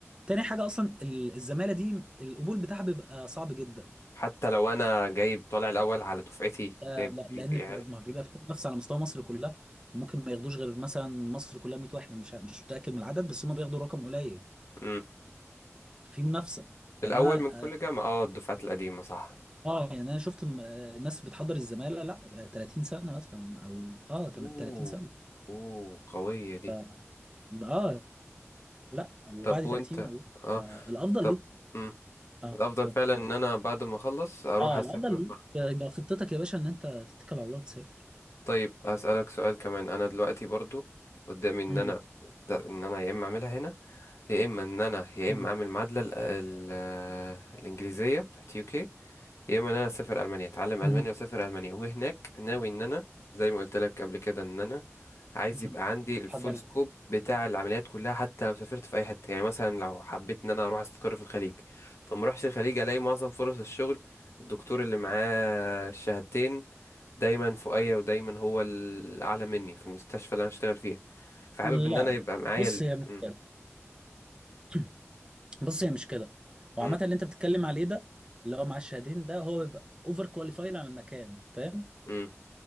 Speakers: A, on the right; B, on the left.
A: تاني حاجة اصلا ال- الزمالة دي القبول بتاعها بيبقى صعب جدا
B: حتى لو انا جايب طالع الاول على دفعتي
A: آه،
B: جايب
A: لا لان
B: جي بي يعني
A: بيبقى- ما بيبقى في نفس على مستوى مصر كلها وممكن ما ياخدوش غير مثلا مصر كلها 100 واحد انا مش مش متاكد من العدد بس هم بياخدوا رقم قليل
B: امم
A: ففي منافسه يعني
B: الاول
A: انا
B: من
A: اه
B: كل جامعه اه الدفعات القديمه صح
A: آه، يعني انا شفت م- آه، ناس بتحضر الزماله لا آه، 30 سنه مثلا او اه تم-
B: اوه
A: 30 سنه
B: اوه قويه دي
A: ف اه لا وبعد
B: طب
A: 30
B: وانت
A: والله
B: اه
A: فالافضل
B: طب
A: ليك
B: امم
A: اه
B: الافضل
A: ف-
B: فعلا ان انا بعد ما اخلص اروح
A: اه
B: اسافر
A: الافضل ليك يا- يبقى خطتك يا باشا ان انت تتكل على الله وتسافر
B: طيب هسألك سؤال كمان انا دلوقتي برضو قدامي ان
A: مم.
B: انا ان انا يا اما اعملها هنا يا اما ان انا يا
A: مم.
B: اما اعمل معادلة ال- ال- الانجليزية بتاعت يو كي يا اما ان انا اسافر المانيا اتعلم المانيا
A: مم.
B: واسافر المانيا وهناك ناوي ان انا زي ما قلت لك قبل كده ان انا عايز
A: مم.
B: يبقى عندي الفول
A: حضر
B: سكوب بتاع العمليات كلها حتى لو سافرت في اي حته يعني مثلا لو حبيت ان انا اروح استقر في الخليج فما اروحش الخليج الاقي معظم فرص الشغل الدكتور اللي معاه الشهادتين دايما فوقيا ودايما هو الاعلى مني في المستشفى اللي انا اشتغل فيها فحابب
A: لا
B: ان انا يبقى معايا
A: بص
B: ال...
A: هي مش
B: م-
A: كده <clears throat> بص هي مش كده هو
B: م-
A: عامه اللي انت بتتكلم عليه ده اللي هو معاه الشهادتين ده هو بيبقى اوفر كواليفايد على المكان فاهم
B: م-